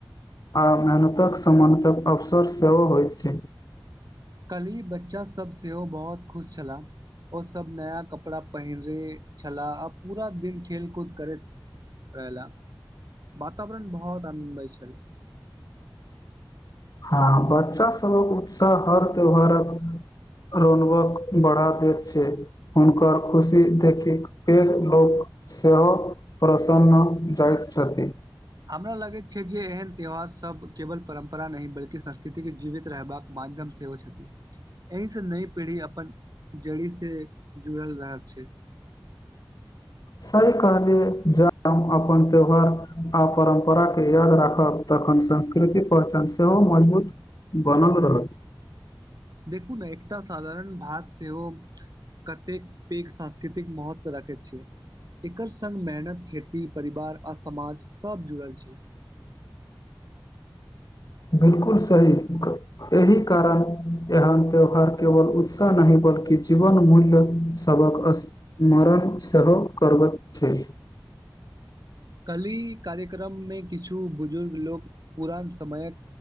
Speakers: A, on the left; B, on the right.
A: आ मेहनतक समानतक अवसर सेहो होइत छै
B: कल्ही बच्चासभ सेहो बहुत खुश छलाह ओ सब नया कपड़ा पहिरे छलाह आ पूरा दिन खेल कूद करैत रहयला वातावरण बहुत आनन्दमय छल
A: हँ बच्चा सबक उत्साह हर त्यौहारक रोनबक बढ़ा दैत छै हुनकर खुशी देखिक पैघ लोक सेहो प्रसन्न जाइत छथि
B: हमरा लागैत छै जे एहेन त्योहार सब केवल परम्परा नहि बल्कि संस्कृतिक के जीवित रहबाक माध्यम से सेहो छथि एहिसँ नई पीढ़ी अपन जड़ी से जुड़ल रहल छै
A: सही कहलियै ज हम अपन त्योहार आ परम्परा के याद राखब तखन संस्कृति पहचान सेहो मजबूत बनल रहत
B: देखू ने एकटा साधारण भात सेहो कतेक पैघ सांस्कृतिक महत्व राखैत छय एकर संग मेहनत खेती परिवार आ समाज सभ जुड़ल छै
A: बिलकुल सही एहि कारण एहन त्यौहार केवल उत्साह नहि बल्कि जीवन मूल्य सभक स्मरण सेहो करबैत छै
B: कलही कार्यक्रममे किछु बुजुर्ग लोक पुरान समयक